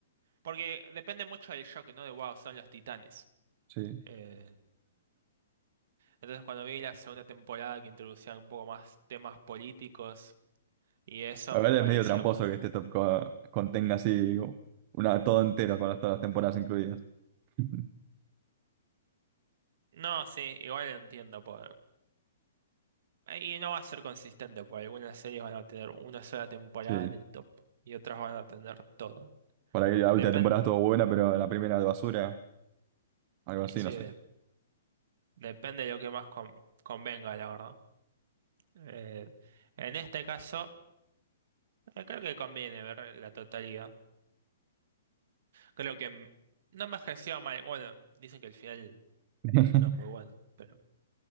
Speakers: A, on the right (about 40°); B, on the right (about 25°).
A: porque depende mucho del shock, ¿no? De wow, son los titanes.
B: Sí.
A: Eh, entonces cuando vi la segunda temporada que introducían un poco más temas políticos y eso
B: A
A: me
B: ver,
A: pareció
B: es medio tramposo
A: más...
B: que este top co- contenga así una, todo entero con las- todas las temporadas incluidas. <laughs>
A: No, sí, igual lo entiendo. Por... Y no va a ser consistente, porque algunas series van a tener una sola temporada
B: Sí.
A: en el top y otras van a tener todo.
B: Por ahí la
A: Depen-
B: última temporada estuvo buena, pero la primera de basura, algo
A: Y
B: así,
A: sí,
B: no sé.
A: de- depende de lo que más con- convenga, la verdad. Eh, en este caso, eh, creo que conviene ver la totalidad. Creo que mm, no me ejerció mal. Bueno, dicen que el final
B: <laughs>
A: no es muy bueno, pero